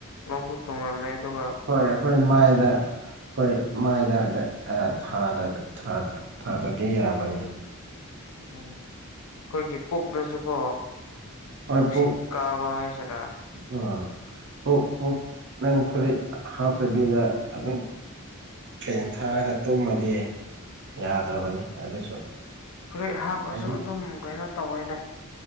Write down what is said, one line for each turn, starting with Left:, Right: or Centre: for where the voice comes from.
Left: ꯂꯣꯛꯁꯨ ꯊꯨꯡꯍꯜꯂꯦ ꯑꯗꯨꯒ
Right: ꯍꯣꯏ ꯑꯩꯈꯣꯏ ꯃꯥꯏꯗ ꯑꯩꯈꯣꯏ ꯃꯥꯏꯗ ꯊꯥꯗꯗꯤ ꯌꯥꯕꯅꯤ
Left: ꯎꯝ ꯑꯩꯈꯣꯏꯒꯤ ꯄꯨꯛꯗꯁꯨ ꯀꯣ
Right: ꯍꯣꯏ
Left: ꯅꯨꯡꯁꯤꯠ
Right: ꯄꯨꯡ
Left: ꯀꯥꯕ ꯍꯥꯏꯁꯤꯔꯥ
Right: ꯎꯝ ꯑꯣꯛ ꯄꯨ ꯅꯪ ꯐꯨꯔꯤꯠ ꯍꯥꯞꯇꯕꯤꯗ ꯑꯗꯨꯝ ꯐꯦꯟ ꯊꯥꯔꯒ ꯇꯨꯝꯃꯗꯤ ꯌꯥꯗ꯭ꯔꯕꯅꯤ
Left: ꯎꯝ
Right: ꯑꯗꯨꯁꯨ
Left: ꯐꯨꯔꯤꯠ ꯍꯥꯞꯄꯁꯨ
Right: ꯍꯥꯏꯗꯤ
Left: ꯑꯗꯨꯝ ꯀꯩꯅꯣ ꯇꯧꯋꯦꯗ